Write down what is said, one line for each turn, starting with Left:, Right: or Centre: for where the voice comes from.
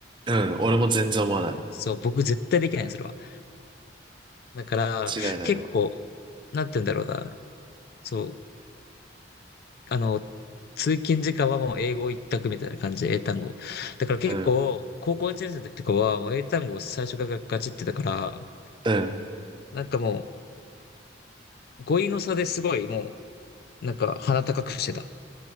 Right: うん、俺も全然思わない。
Left: そう、僕絶対できないの、それは。だから、
Right: 間違いないわ。
Left: 結構、なんて言うんだろうな。そう、あの、通勤時間はもう英語一択みたいな感じで英単語。だから結構、
Right: うん、
Left: 高校1年生の時とかはもう英単語を最初からガチってたから、
Right: うん。
Left: なんかもう、語彙の差ですごいもう、なんか鼻高くしてた。